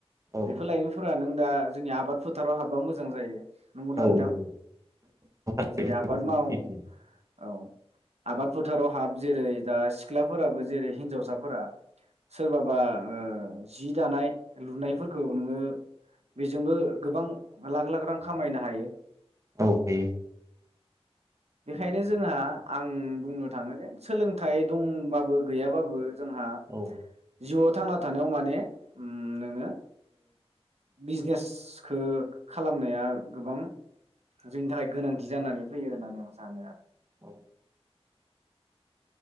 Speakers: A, on the right (about 30°); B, on the right (about 80°).
A: औ
B: बेफोर लइमोनफोरा नों दा जोंनि आबाद फोथाराव हाबबा मोजां जायो नंगौदां
A: औ
B: नोंथां
A: नंगौ नों बेनि
B: जेरै आबाद
A: बाथ्राया
B: माव
A: सैथो
B: औ आबाद फोथाराव हाब जेरै दा सिख्लाफोराबो जेरै हिनजावसाफोरा सोरबाबा जि दानाय लुनायफोरखौ नोंङो बेजोंबो गोबां लाख लाख रां खामायनो हायो।
A: औ हायो।
B: बेखायनो जोंहा आं बुंनो थाङो जे सोलोंथाइ दंबाबो गैयाबाबो जोंहा
A: औ
B: <unintelligible> थांना थानायाव माने नोंङो बिजनेसखो खालामनाया गोबां जोंनि थाखाय गोनांथि जानानै फैयो होननानै सानो आरो
A: औ